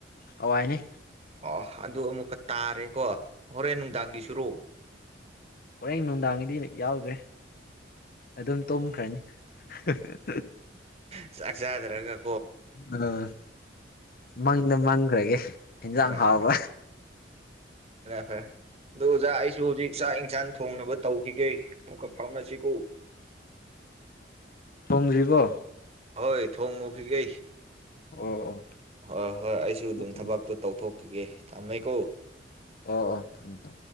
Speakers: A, on the left; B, on the right.
A: ꯍꯋꯥꯏꯅꯦ
B: ꯑ ꯑꯗꯨ ꯑꯃꯨꯛꯀ ꯇꯥꯔꯦꯀꯣ ꯍꯣꯔꯦꯟ ꯅꯨꯡꯗꯥꯡꯒꯤꯁꯨꯔꯣ
A: ꯍꯣꯔꯡꯥꯦꯟ ꯅꯨꯡꯗꯥꯡꯒꯤꯗꯤ ꯌꯥꯎꯗ꯭ꯔꯦ ꯑꯗꯨꯝ ꯇꯨꯝꯈ꯭ꯔꯅꯤ <inaudible>
B: ꯆꯥꯛ ꯆꯗꯔꯒ
A: ꯑ ꯃꯪꯗ ꯃꯪꯈ꯭ꯔꯒꯦ ꯏꯟꯖꯥꯡ
B: ꯑ
A: ꯍꯥꯎꯕ
B: ꯐꯣꯔꯦ ꯑꯗꯨ ꯑꯣꯖꯥ ꯑꯩꯁꯨ ꯍꯧꯖꯤꯛ ꯆꯥꯛ ꯏꯟꯁꯥꯡ ꯊꯣꯡꯅꯕ ꯇꯧꯈꯤꯒꯦ ꯃꯨꯛ ꯐꯥꯎꯅꯥꯁꯤ ꯀꯣ
A: ꯐꯥꯎꯅꯥꯁꯤ ꯀꯣ
B: ꯍꯣꯏ ꯊꯣꯡꯉꯨꯈꯤꯒꯦ
A: ꯑꯣ ꯑꯣ
B: ꯍꯣꯏ ꯍꯣꯏ ꯑꯩꯁꯨ ꯑꯗꯨꯝ ꯊꯕꯛꯇꯣ
A: ꯑꯣ
B: ꯇꯧꯊꯣꯛ ꯈꯤꯒꯦ ꯊꯝꯃꯦꯀꯣ
A: ꯑꯣ ꯊꯝꯃꯦ ꯊꯝꯃꯦ